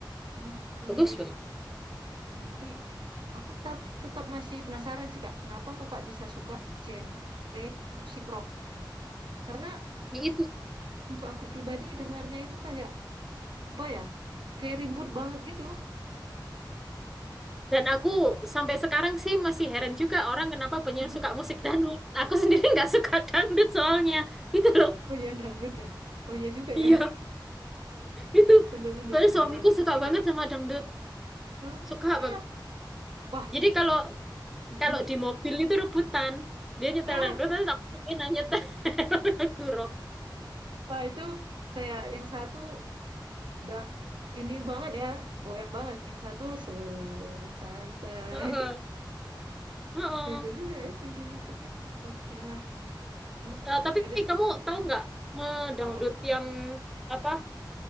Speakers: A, on the right; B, in the centre.
A: oke.
B: bagus banget
A: Berarti aku tetap, tetap masih penasaran sih Kak, kenapa Kakak bisa suka genre musik rock? Karena
B: Ya, itu
A: untuk aku pribadi dengarnya itu kayak apa ya? Kayak ribut banget gitu.
B: dan aku sampai sekarang sih masih heran juga orang kenapa banyak
A: <laughs>
B: yang suka musik dangdut aku sendiri nggak suka dangdut soalnya itu loh
A: Oh iya dangdut ya. Oh iya juga
B: iya
A: ya. <laughs>
B: itu
A: Bener bener
B: baru
A: bener
B: suamiku
A: bener. <laughs>
B: suka banget sama dangdut
A: Ah,
B: suka
A: ah.
B: banget
A: Wah.
B: jadi kalau
A: mm.
B: Kalau di mobil itu rebutan. Dia nyetel
A: Ah,
B: dangdut, nanti tak mungkin nyetel <laughs> lagu rock.
A: wah itu kayak yang satu udah ini banget ya, goyang banget. Yang satu slow, santai.
B: Heeh.
A: <laughs>
B: Heeh.
A: Beda juga ya genre musiknya. Oke lah. Eh,
B: Eh, tapi
A: ya udah.
B: kamu tahu
A: Hmm,
B: nggak me- dangdut
A: Apa?
B: yang apa?